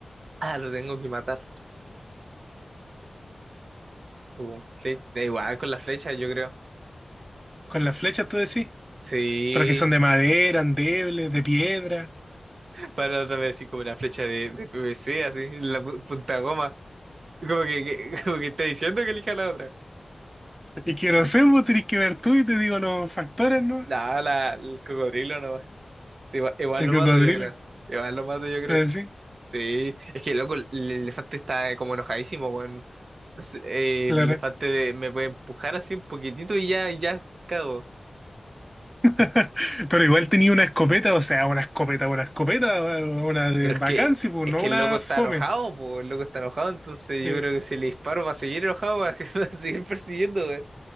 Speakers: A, on the right; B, in the centre.
A: Ah, lo tengo que matar. Uh, fle- da igual con la flecha, yo creo.
B: Con las flechas tú decís,
A: Sí,
B: pero que son de madera, endebles, de piedra.
A: para otra vez así como una flecha de, de PVC, así, la pu- punta goma. Como que, que- <laughs> como que está diciendo que elija la otra.
B: Y que no sé, vos tenés que ver tú y te digo los factores, ¿no?
A: La, la, el cocodrilo no. Igual, igual
B: El
A: lo
B: cocodrilo.
A: mato, yo creo. Igual lo mato, yo creo.
B: Entonces sí,
A: Sí, es que loco, el el elefante está como enojadísimo, weón. No sé, eh,
B: claro.
A: El elefante de- me puede empujar así un poquitito y ya, ya cago.
B: <laughs> Pero igual tenía una escopeta, o sea, una escopeta, una escopeta, una de
A: Pero
B: vacancia,
A: es que,
B: pues
A: es
B: no
A: que
B: una
A: el loco está
B: fome.
A: enojado, po, el loco está enojado, entonces
B: Sí.
A: yo creo que si le disparo va a seguir enojado, va a, <laughs> va a seguir persiguiendo, weón.